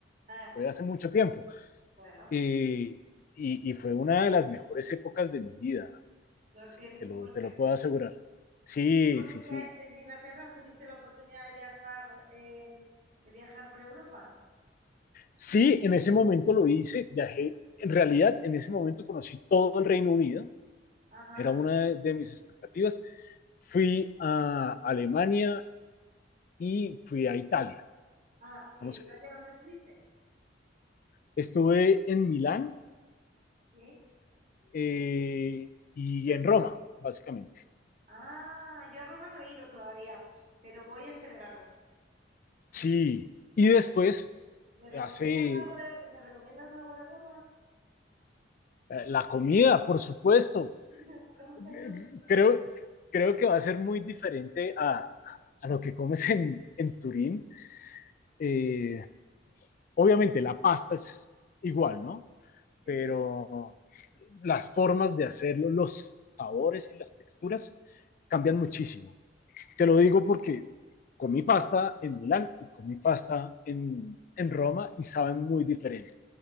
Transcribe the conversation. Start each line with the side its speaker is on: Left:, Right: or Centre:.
Right: Ah,
Left: Fue hace mucho tiempo.
Right: bueno,
Left: Y, y, y fue una de las mejores épocas de mi vida,
Right: no tienes
Left: te
Right: un
Left: lo,
Right: buen
Left: te
Right: recuerdo.
Left: lo puedo asegurar. Sí, sí,
Right: Desde,
Left: sí.
Right: desde Inglaterra tuviste la oportunidad de viajar, eh, de viajar por Europa.
Left: Sí, en ese momento lo hice, viajé. En realidad, en ese momento conocí todo el Reino Unido,
Right: Ajá.
Left: era una de, de mis expectativas. Fui a Alemania y fui a Italia.
Right: Ah,
Left: Vamos,
Right: eh, ¿allá dónde estuviste?
Left: estuve en Milán
Right: Sí.
Left: eh, y en Roma, básicamente.
Right: Ah, yo a Roma no he ido todavía, pero voy este verano.
Left: Sí, y
Right: ¿Me,
Left: después
Right: me recomiendas
Left: hace
Right: algo
Left: eh,
Right: de, me recomiendas algo de Roma?
Left: la comida, por supuesto.
Right: Sí, seguro,
Left: Eh,
Right: <laughs> eso seguro.
Left: Creo, creo que va a ser muy diferente a, a lo que comes en, en Turín. Eh, obviamente la pasta es igual, ¿no?
Right: Sí,
Left: Pero las formas de hacerlo, los sabores y las texturas cambian
Right: sí.
Left: muchísimo. Te lo digo porque comí pasta en Milán y comí pasta en, en Roma y saben muy diferente.